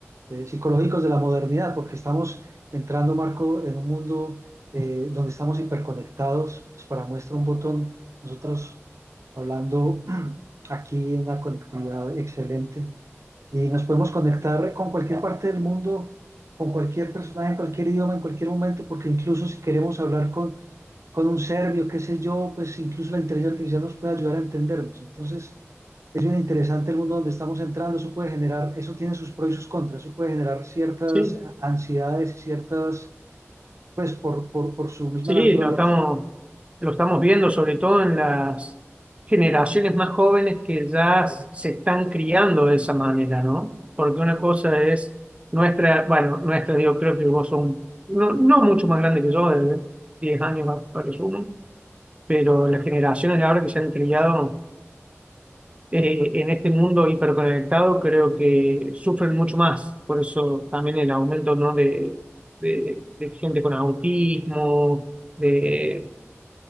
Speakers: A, on the right; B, on the right.
A: eh, psicológicos de la modernidad, porque estamos entrando, Marco, en un mundo eh, donde estamos hiperconectados. Pues para muestra un botón, nosotros hablando <clears throat> aquí en una conectividad excelente y nos podemos conectar con cualquier parte del mundo, con cualquier personaje, en cualquier idioma, en cualquier momento, porque incluso si queremos hablar con, con un serbio, qué sé yo, pues incluso la inteligencia artificial nos puede ayudar a entendernos. Entonces, es bien interesante el mundo donde estamos entrando, eso puede generar, eso tiene sus pros y sus contras, eso puede generar ciertas
B: ¿sí?
A: ansiedades y ciertas, pues por, por, por su misma
B: Sí,
A: naturaleza,
B: lo estamos, lo estamos viendo, sobre todo en las generaciones más jóvenes que ya
A: ¿cierto?
B: se están criando de esa manera, ¿no? Porque una cosa es nuestra, bueno, nuestra, yo creo que vos sos un- no, no mucho más grande que yo, de 10 años a, a lo sumo, pero las generaciones de ahora que se han criado eh, en este mundo hiperconectado creo que sufren mucho más. Por eso también el aumento, ¿no? de, de de gente con autismo de